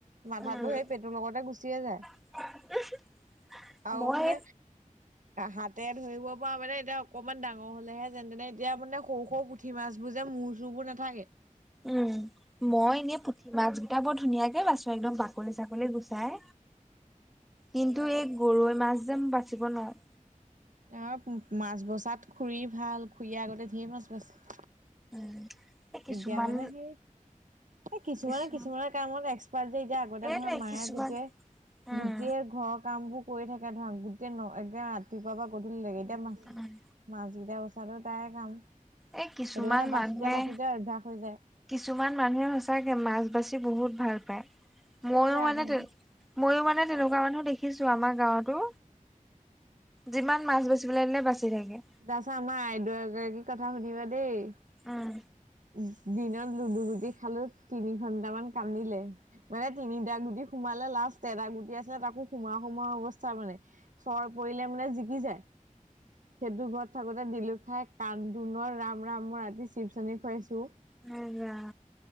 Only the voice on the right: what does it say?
মাথাতো
সেই পেটুৰ লগতে গুচিয়ে যায়।
আৰু
মানে হাতে ধৰিব পৰা মানে এতিয়া অকমান ডাঙৰ হ'লে হে যেন তেনে এতিয়া মানে সৰু সৰু পুঠি মাছবোৰ যে মূৰ চুৰবোৰ নাথাকে।
অ মাছ বচাত খুৰি ভাল খুৰিয়ে আগতে ঢেই মাছ বাচিছিলে।
এতিয়া মানে সেই সে কিছুমানে
কিছুমানৰ কামত এক্সপাৰ্ট যে এতিয়া আগতে
ধৰা মায়ে
গোটেই
গোটেই ঘৰৰ কাম বোৰ কৰি থাকে ধৰা গোটেই ন এগে ৰাতিপুৱাৰ পৰা গধূলি লেকে এতিয়া মাছ
মাছকেইটা বাচাতো তাই কাম।
সেইটো কাৰণে বাচোতে
বাচোতে অভ্যাস হৈ যায়
মই বেয়া
পাওঁ দেই।
তাৰপিছত আমাৰ আইদেউ এগৰাকী কথা শুনিবা দেই।
দিনত লুডু গুটি খালোঁ তিনি ঘন্টামান কান্দিলে। মানে তিনিটা গুটি সোমালে লাষ্ট এটা গুটি আছিলে তাকো সোমাও সোমাও অৱস্থা মানে। চৰ পৰিলে মানে জিকি যায়। সেইটো ঘৰত থাকোতে দিলোঁ খাই কান্দোনৰ ৰাম ৰাম মই ৰাতি চিপচ আনি খুৱাইছোঁ।